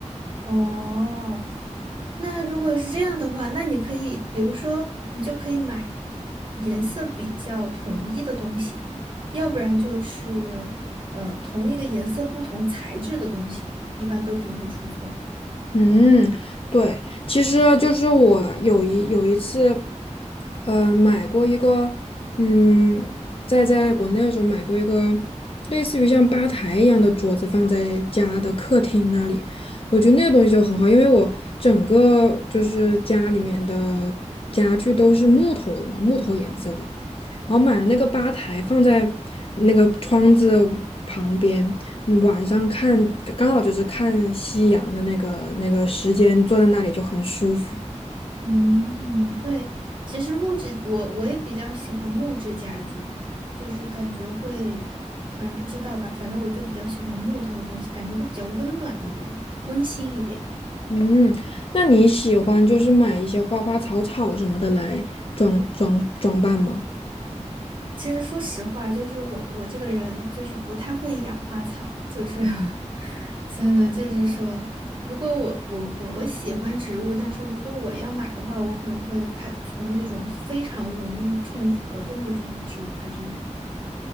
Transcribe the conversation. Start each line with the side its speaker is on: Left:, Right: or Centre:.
Right: 哦，那如果是这样的话，那你可以，比如说，你就可以买颜色比较统一的东西，要不然就是呃同一个颜色不同材质的东西，一般都不会出错。
Left: 嗯，对，其实就是我有一有一次，呃，买过一个，嗯，在在国内的时候买过一个类似于像吧台一样的桌子，放在家的客厅那里，我觉得那个东西就很好，因为我整个就是家里面的家具都是木头的嘛，木头颜色的。然后买了那个吧台放在那个窗子旁边，嗯晚上看刚好就是看夕阳的那个那个时间，坐在那里就很舒服。
Right: 嗯，对，其实木质我我也比较喜欢木质家具，就是感觉会，反正不知道吧，反正我就比较喜欢木头的东西，感觉会比较温暖一点，温馨一点。
Left: 嗯，那你喜欢就是买一些花花草草什么的来装装装扮吗？
Right: 其实说实话，就是我我这个人就是不太会养花草，就是 <laughs> 所以呢，就是说，如果我我我我喜欢植物，但是如果我要买的话，我可能会开从那种非常容易种活的那种植物开始养吧。